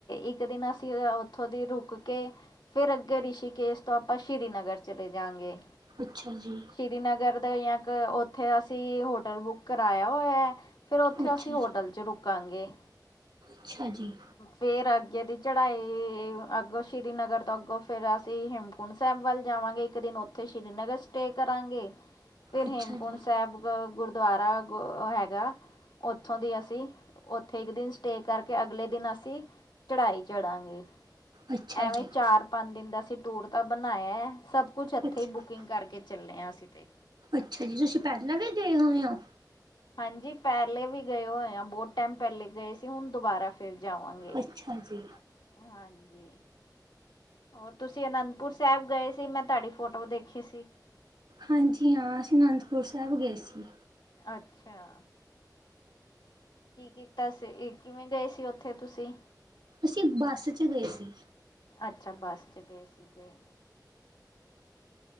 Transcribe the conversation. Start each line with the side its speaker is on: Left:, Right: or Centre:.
Left: ਇੱਕ ਦਿਨ ਅਸੀਂ ਉੱਥੋਂ ਦੀ ਰੁਕ ਕੇ ਫਿਰ ਅੱਗੇ ਰਿਸ਼ੀਕੇਸ਼ ਤੋਂ ਆਪਾਂ ਸ਼੍ਰੀਨਗਰ ਚਲੇ ਜਾ ਗੇ।
Right: ਅੱਛਾ ਜੀ।
Left: ਸ੍ਰੀਨਗਰ ਦਾ ਜਾਂ ਕੇ ਉੱਥੇ ਅਸੀਂ ਹੋਟਲ ਬੁੱਕ ਕਰਾਇਆ ਹੋਇਆ। ਫਿਰ ਉੱਥੇ
Right: ਅੱਛਾ
Left: ਅਸੀਂ ਹੋਟਲ
Right: ਜੀ,
Left: 'ਚ' ਰੁਕਾਂਗੇ।
Right: ਅੱਛਾ ਜੀ।
Left: ਫੇਰ ਅੱਗੇ ਦੀ ਚੜ੍ਹਾਈ, ਅੱਗੋਂ ਸ੍ਰੀਨਗਰ ਤੋਂ ਅੱਗੋਂ ਫੇਰ ਅਸੀਂ ਹੇਮ ਕੁੰਡ ਸਾਹਿਬ ਵੱਲ ਜਾਵਾਂਗੇ ਇੱਕ ਦਿਨ ਉੱਥੇ ਸ਼੍ਰੀਨਗਰ ਸਟੇ ਕਰਾਂਗੇ, ਫੇਰ
Right: ਅੱਛਾ
Left: ਹੇਮਕੁੰਟ
Right: ਜੀ।
Left: ਸਾਹਿਬ ਅ ਗੁਰਦੁਆਰਾ ਗ ਹੈਗਾ। ਉੱਥੋਂ ਦੀ ਅਸੀਂ, ਉੱਥੇ ਇੱਕ ਦਿਨ ਸਟੇ ਕਰਕੇ ਅਗਲੇ ਦਿਨ ਅਸੀਂ ਚੜਾਈ ਚੜਾਂਗੇ,
Right: ਅੱਛਾ
Left: ਐਵੇਂ
Right: ਜੀ,
Left: ਚਾਰ ਪੰਜ ਦਿਨ ਦਾ ਅਸੀਂ ਟੂਰ ਤਾਂ ਬਣਾਇਆ ਸਭ ਕੁਛ ਇੱਥੇ
Right: ਅੱਛਾ
Left: ਹੀ ਬੁਕਿੰਗ ਕਰਕੇ ਚੱਲੇ ਆ ਅਸੀਂ ਤੇ।
Right: ਅੱਛਾ ਜੀ, ਤੁਸੀਂ ਪਹਿਲਾਂ ਵੀ ਗਏ ਹੋਏ ਓ?
Left: ਹਾਂਜੀ ਪਹਿਲੇ ਵੀ ਗਏ ਹੋਏ ਆ ਬਹੁਤ ਟਾਈਮ ਪਹਿਲੇ ਗਏ ਸੀ ਹੁਣ ਦੁਬਾਰਾ ਫਿਰ ਜਾਵਾਂਗੇ,
Right: ਅੱਛਾ ਜੀ,
Left: <inaudible> ਹਾਂਜੀ। ਹੋਰ ਤੁਸੀਂ ਅਨੰਦਪੁਰ ਸਾਹਿਬ ਗਏ ਸੀ ਮੈਂ ਤੁਹਾਡੀ ਫੋਟੋ ਦੇਖੀ ਸੀ।
Right: ਹਾਂਜੀ ਹਾਂ, ਅਸੀਂ ਅਨੰਦਪੁਰ ਸਾਹਿਬ ਗਏ ਸੀ।
Left: ਅੱਛਿਆ। ਕੀ ਕੀਤਾ ਸੀ, ਕਿਵੇਂ ਗਏ ਸੀ ਉੱਥੇ ਤੁਸੀਂ।
Right: ਅਸੀ ਬੱਸ 'ਚ' ਗਏ ਸੀ।
Left: ਅੱਛਾ, ਬੱਸ 'ਚ' ਗਏ ਸੀਗੇ।